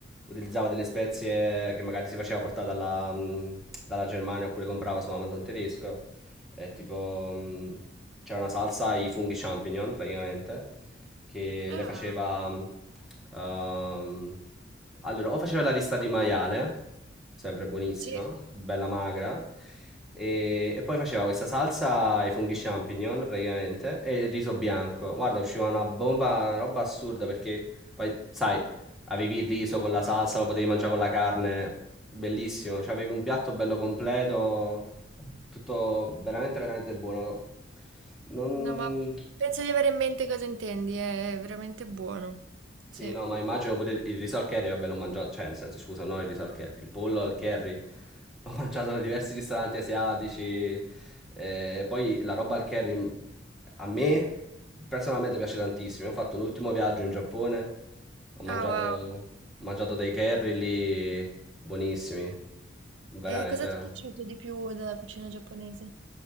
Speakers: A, in the centre; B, on the right.
A: utilizzava delle spezie che magari si faceva portare dalla, mm, dalla Germania oppure comprava su Amazon tedesco. È tipo... mh, c'è una salsa ai funghi champignon, praticamente, che
B: Ah,
A: le faceva... mh, ehm, allora, o faceva la rista di maiale, sempre buonissima,
B: sì.
A: bella magra, e, e poi faceva questa salsa ai funghi champignon, praticamente, e il riso bianco. Guarda, usciva una bomba, una roba assurda, perché poi, sai, avevi il riso con la salsa, lo potevi mangiare con la carne, bellissimo, cioè avevi un piatto bello completo, tutto veramente veramente buono. Non...
B: No, ma penso di avere in mente cosa intendi, è veramente buono.
A: Sì,
B: Sì.
A: no, ma immagino pure il riso al curry, vabbè, l'ho mangiato, cioè, nel senso, scusa, non il riso al curry, il pollo al curry l'ho <laughs> mangiato da diversi ristoranti asiatici. eh, poi la roba al curry mh, a me personalmente piace tantissimo. Io Ho fatto l'ultimo viaggio in Giappone, ho mangiato,
B: Ah, wow.
A: ho mangiato dei curry lì buonissimi, veramente.
B: E cosa ti è piaciuto di più della cucina giapponese?